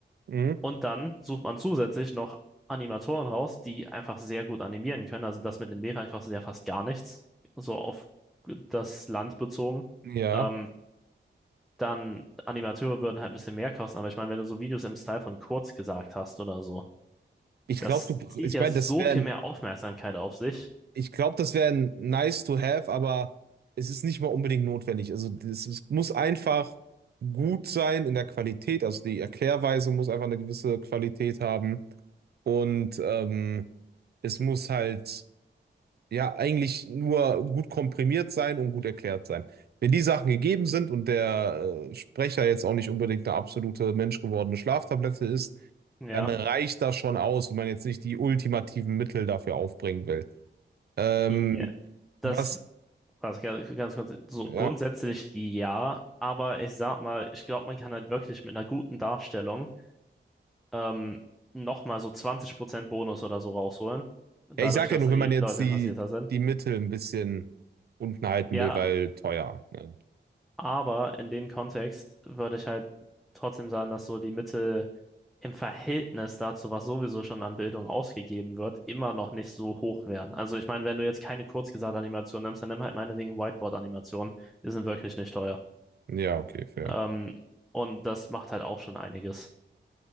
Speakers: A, on the right; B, in the centre.
A: Mhm.
B: Und dann sucht man zusätzlich noch Animatoren raus, die einfach sehr gut animieren können. Also das mit den Lehrern kostet ja fast gar nichts, so auf das Land bezogen.
A: Ja,
B: Ähm, dann Animateure würden halt ein bisschen mehr kosten, aber ich meine, wenn du so Videos im Style von Kurz gesagt hast oder so,
A: ich
B: Das
A: glaube, du, br-
B: zieht
A: ich
B: ja
A: meine,
B: so
A: das wäre,
B: viel mehr Aufmerksamkeit auf sich.
A: ich glaube, das wäre nice to have, aber es ist nicht mal unbedingt notwendig. Also das, es muss einfach gut sein in der Qualität. Also die Erklärweise muss einfach eine gewisse Qualität haben und ähm, es muss halt ja eigentlich nur gut komprimiert sein und gut erklärt sein. Wenn die Sachen gegeben sind und der äh, Sprecher jetzt auch nicht unbedingt eine absolute menschgewordene Schlaftablette ist,
B: Ja.
A: dann reicht das schon aus, wenn man jetzt nicht die ultimativen Mittel dafür aufbringen will. Ähm,
B: Ja, das
A: was,
B: also ganz, ganz kurz. So
A: ja.
B: grundsätzlich ja, aber ich sag mal, ich glaube, man kann halt wirklich mit einer guten Darstellung ähm, nochmal so 20% Bonus oder so rausholen. Dadurch,
A: Ja, ich sage
B: dass
A: ja nur,
B: die
A: wenn man jetzt
B: Leute
A: die,
B: interessierter sind.
A: die Mittel ein bisschen unten halten
B: Ja,
A: will, weil teuer. Ne?
B: aber in dem Kontext würde ich halt trotzdem sagen, dass so die Mittel im Verhältnis dazu, was sowieso schon an Bildung ausgegeben wird, immer noch nicht so hoch wären. Also ich meine, wenn du jetzt keine Kurzgesagt-Animation nimmst, dann nimm halt meinetwegen Whiteboard-Animationen. Die sind wirklich nicht teuer.
A: Ja, okay, fair.
B: Ähm, und das macht halt auch schon einiges.